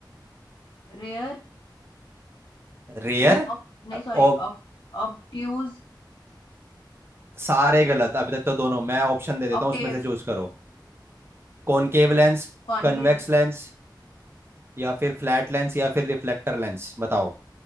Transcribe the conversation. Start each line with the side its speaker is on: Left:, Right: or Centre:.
Left: रेयर
Right: रेयर
Left: नहीं ऑक, नहीं सॉरी
Right: और
Left: ऑक, ऑप्ट्यूज
Right: सारे गलत अभी तक तो दोनों मैं ऑप्शन दे देता
Left: ऑक्टेव
Right: हूँ उसमें से चूज करो कॉनकेव लेंस
Left: कॉनकेव
Right: कन्वेक्स लेंस या फिर फ्लैट लेंस या फिर रिफ्लेक्टर लेंस बताओ